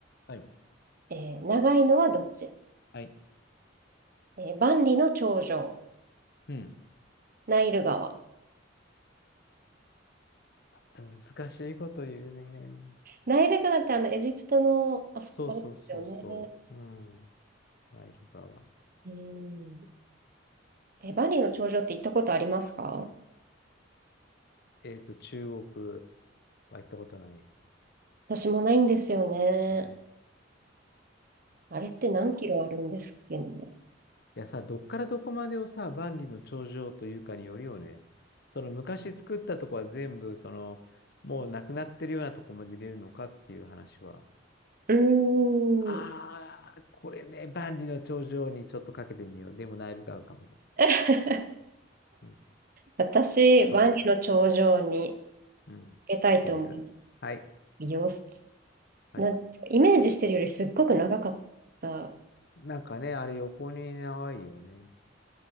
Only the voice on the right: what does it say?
えー長いのはどっち
えー万里の長城、
ナイル川。
ナイル川ってあのエジプトの、あそこあれですよね。
うん。え、バリの頂上って行ったことありますか
私もないんですよね。
あれって何キロあるんですっけね。
うーん。
<laughs>
私、
バリの頂上に行
けたいと思います。
様子、
なんていうかイメージしてるよりすっごく長かった